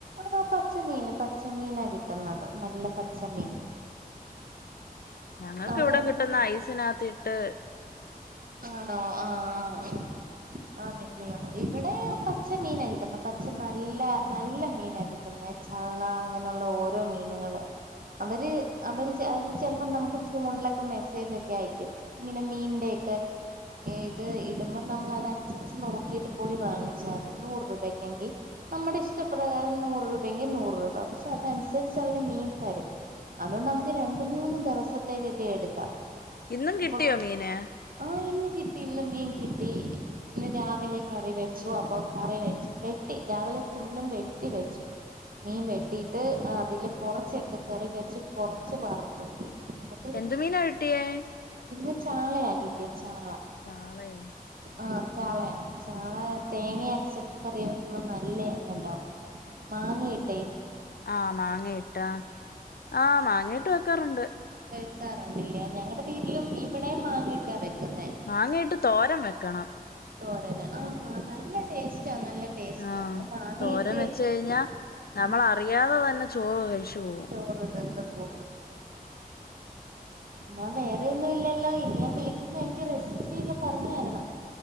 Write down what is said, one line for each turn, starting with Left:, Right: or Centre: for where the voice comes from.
Right: ആ പച്ചമീന് പച്ചമീനാ കിട്ടുന്നത് നല്ല പച്ചമീൻ-
Left: ഞങ്ങൾക്ക്
Right: അവിടെ
Left: ഇവിടെ കിട്ടുന്ന ഐസിനാത്തി ട്ട്-
Right: ആണോ ആഹ് ആഹ് ആഹ്- ആനല്ലിയോ ഇവിടെ പച്ച മീന കിട്ടുന്ന പച്ച നല്ല നല്ല മീന കിട്ടുന്ന ചാള അങ്ങനുള്ള ഓരോ മീനുകള്- അവര് അവര് <unintelligible> ചിലപ്പോം നമുക്ക് ഫോണിലൊക്കെ മെസ്സേജ് ഒക്കെ അയിക്കും ഇങ്ങനെ മീൻന്റെ- ഇത് ഇടുമ്പോം നമ്മൾ അതനുസരിച്ച് നോക്കിട്ട് പോയി വാങ്ങിച്ചാൽ മതി നൂറ് രൂപക്കെങ്കി നമ്മുടെ ഇഷ്ടപ്രകാരം നൂറ് രൂപയെങ്കിൽ നൂറ് രൂപ പക്ഷെ അതനുസരിച്ച് അവര് മീൻ തരും- അത് നമുക്ക് രണ്ട് മൂന്ന് ദെവസം- പുത്തേക്കൊക്കെ എടുക്കാം.
Left: ഇന്നും കിട്ടിയോ
Right: അപ്പൊ
Left: മീന്.
Right: ആഹ് ഇന്ന് കിട്ടി ഇന്ന് മീൻ കിട്ടി ഇന്ന് രാവിലെ കറി വെച്ചു, അപ്പൊ കറി വെച്ചു, വെട്ടി രാവിലെ ഫുള്ളും വെട്ടി വെച്ചു മീൻ വെട്ടിട്ട് അതില് കൊറച്ചെടുത്ത് കറി വെച്ച് കൊറച്ച് വറുത്തു. എന്നിട്ട്
Left: എന്ത് മീനാ കിട്ടിയേ.
Right: ഇന്ന് ചാളയാ കിട്ടിയാ ചാള
Left: ചാളയോ
Right: ആഹ് ചാളയ ചാള തേങ്ങ അരച്ചൊക്കെ കറി വെക്കുന്നത് നല്ലയാണല്ലോ മാങ്ങിയിട്ടേ.
Left: ആഹ് മാങ്ങയിട്ടാ ആഹ് മാങ്ങ. ഇട്ട് വെക്കാറുണ്ട്.
Right: വെക്കാറുണ്ടല്ലേ ഞങ്ങടെ വീട്ടിലും ഇവിടെയും മാങ്ങിയിട്ടാ വെക്കുന്നു.
Left: മാങ്ങയിട്ട് തോരാൻ വെക്കണം.
Right: തോരനെ ആ നല്ല ടേസ്റ്റ്. നല്ല
Left: ആഹ്
Right: നമ്മള് മാങ്ങയിട്ട്
Left: തോരാൻ വെച്ച്
Right: എന്ത്
Left: കഴിഞ്ഞാൽ, നമ്മൾ
Right: ഉം
Left: അറിയാതെ തന്നെ. ചോറ് കഴിച്ചു. പോകും
Right: ചോറ് ഇതും. വെക്കുവോ എന്നാ വേറെ ഒന്നും ഇല്ലല്ലോ, ഇനി ഞാൻ വിളിക്കുമ്പോ എനിക്ക് റെസിപ്പി ഒക്കെ പറഞ്ഞ് തരണം.